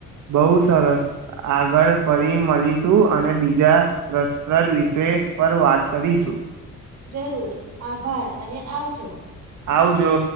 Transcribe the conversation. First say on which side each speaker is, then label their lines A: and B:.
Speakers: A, on the right (about 75°); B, on the right (about 60°).
A: બહુ સરસ આગળ ફરી મળીશું અને બીજા રસપ્રદ વિશે પર વાત કરીશું.
B: જરૂર આભાર અને આવજો.
A: આવજો.